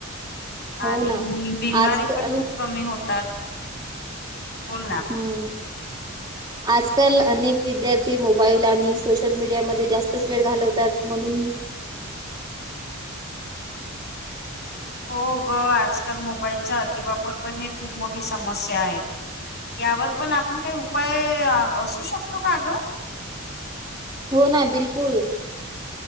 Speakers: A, on the right; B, on the left.
A: हो
B: आणि
A: ना
B: बिमारी
A: आजकाल
B: पण खूप कमी होतात. बोल ना
A: हम आजकाल अनेक विद्यार्थी मोबाईल आणि सोशल मीडियामध्ये जास्तच वेळ घालवतात म्हणून,
B: हो ग आजकाल मोबाईलचा अतिवापर पण हे खूप मोठी समस्या आहे. यावर पण आपण काही उपाय असू शकतो का ग?
A: हो ना बिलकुल.